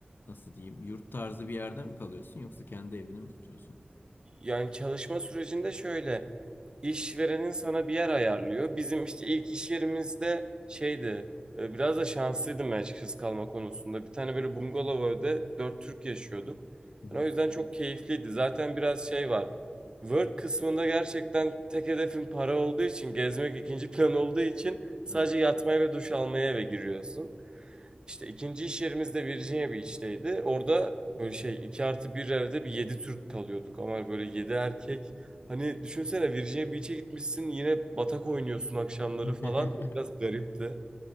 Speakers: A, on the left; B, on the right.
A: nasıl diyeyim? Yurt tarzı bir yerde mi kalıyorsun yoksa kendi evini mi tutuyorsun?
B: Yani çalışma sürecinde şöyle. İşverenin sana bir yer ayarlıyor. Bizim işte ilk iş yerimizde şeydi. e, Biraz da şanslıydım ben açıkçası kalma konusunda. Bir tane böyle bungalov evde dört Türk yaşıyorduk.
A: Hı hı.
B: Yani o yüzden çok keyifliydi. Zaten biraz şey var. Work kısmında gerçekten tek hedefin para olduğu için, gezmek ikinci <laughs> plan olduğu için sadece
A: Evet.
B: yatmaya ve duş almaya eve giriyorsun. İşte ikinci iş yerimiz de Virginia Beach'teydi. Orada böyle şey 2 artı bir evde bir 7 Türk kalıyorduk ama böyle 7 erkek. Hani düşünsene Virginia Beach'e gitmişsin yine batak oynuyorsun akşamları
A: <laughs>
B: falan. O biraz garipti.